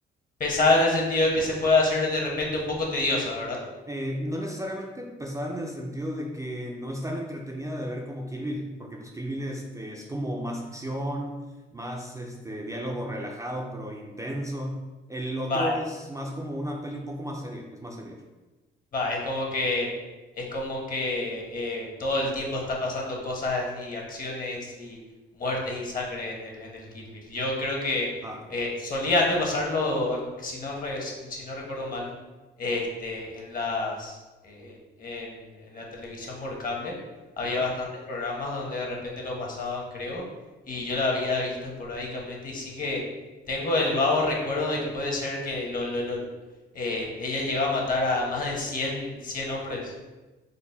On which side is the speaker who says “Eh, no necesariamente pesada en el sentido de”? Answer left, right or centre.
Right